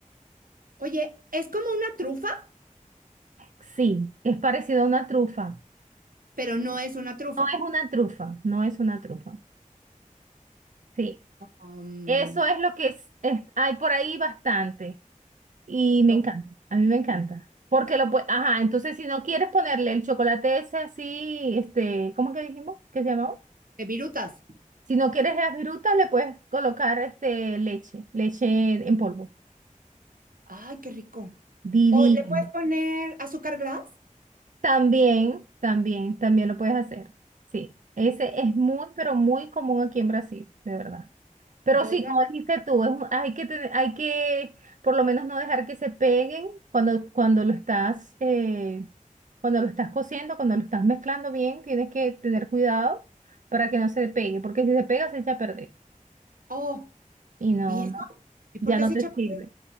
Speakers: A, on the right (about 85°); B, on the right (about 65°).
A: Oye, es como una trufa,
B: Sí, es parecido a una trufa.
A: pero no es una trufa.
B: No es una trufa, no es una trufa. Sí,
A: Um,
B: eso es lo que es- es- hay por ahí bastante. Y me
A: no,
B: encanta, a mí me encanta. Porque lo puedes, ajá, entonces si no quieres ponerle el chocolate ese así, este, ¿cómo que dijimos? ¿Qué se llamaba?
A: eh, virutas.
B: Si no quieres las virutas, le puedes colocar este leche, leche en polvo.
A: Ay, qué rico.
B: Divino.
A: O le puedes poner azúcar glass.
B: También, también, también lo puedes hacer. Sí, ese es muy, pero muy común aquí en Brasil, de verdad. Pero
A: Voy
B: sí,
A: a.
B: como dijiste tú, es un- hay que, tener- hay que por lo menos no dejar que se peguen cuando, cuando lo estás, eh, cuando lo estás cociendo, cuando lo estás mezclando bien, tienes que tener cuidado para que no se pegue, porque si se pega se echa a perder
A: Oh,
B: y no,
A: ¿y eso?
B: no,
A: ¿Y
B: ya
A: por qué
B: no
A: se
B: te
A: echa a perder?
B: sirve.